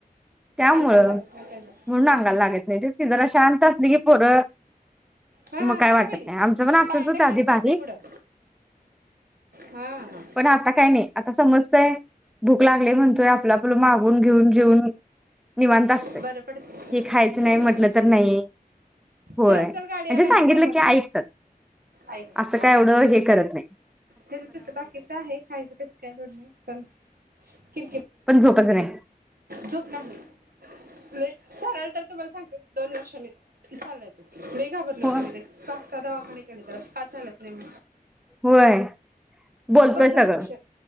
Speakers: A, in the centre; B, on the right.
A: त्यामुळ
B: अंगाला लागत नाही त्याच्या
A: म्हणून अंगाला लागत नाय तेच की जरास शांत असली की पोरं
B: हा
A: मग
B: हा
A: काय
B: थांबा
A: वाटत
B: वहिनी
A: नाही आमचं पण असंच
B: पायान
A: होतं
B: ढकलत
A: आधी बारीक
B: जाते पुढं हा हा
A: पण आता काय नाही. आता समजतय भूक लागले म्हणतोय आपल आपलं आपलं मागून घेऊन जेऊन निवांत असतय
B: बरं पडत
A: हे खायचं नाही म्हटलं तर नाही होय
B: चल
A: म्हणजे
B: चल गाडी याय लागली
A: सांगितलं
B: समोरन
A: की ऐकतात
B: ऐक
A: असं
B: हा
A: काय एवढं हे करत नाय.
B: त्याच तस बाकीच आहे खायचं, प्यायचं काय लोड नाही पण की
A: पण झोपच नाय.
B: झोप नाही येत. लय चालायला तर तुम्हाला सांगते दोन वर्षांनी चाललाय तो लय घाबरले
A: हो
B: होते मी ते सहासहा दवाखाने केले त्याला का चालत प्रेम
A: होय बोलतोय
B: दोन
A: सगळं.
B: वर्ष